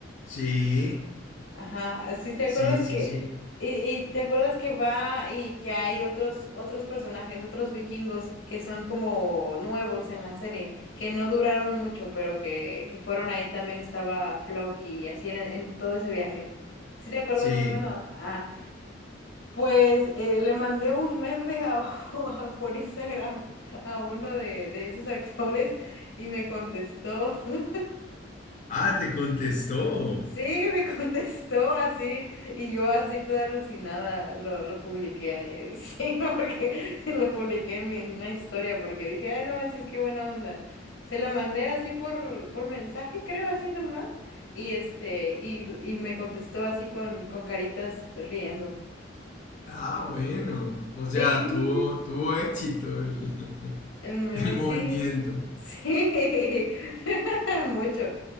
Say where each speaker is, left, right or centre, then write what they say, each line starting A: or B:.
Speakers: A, on the left (about 40°); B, on the left (about 90°).
A: Sí,
B: Ajá, así te acuerdas
A: sí,
B: que,
A: sí, sí,
B: y, y te acuerdas que va y que hay otros, otros personajes, otros vikingos que son como nuevos en la serie, que no duraron mucho, pero que, que fueron ahí también estaba Floki y así en, en todo ese viaje. ¿Sí te acuerdas
A: sí.
B: más o menos? Ah, pues eh, le mandé un meme a- <laughs> a- por Instagram a uno de, de esos actores y me contestó. <laughs>
A: Ah, te contestó.
B: Sí, me contestó así y yo así toda alucinada lo, lo publiqué ahí. <laughs> Sí, porque lo publiqué en mi- en una historia porque dije, ay, no manches, qué buena onda. Se lo mandé así por, por mensaje, creo, así normal. Y este, y, y me contestó así con, con caritas riendo.
A: Ah, bueno, o sea,
B: Sí.
A: tuvo, tuvo éxito el...
B: El
A: <laughs>
B: meme
A: El movimiento.
B: sí, sí, <laughs> mucho.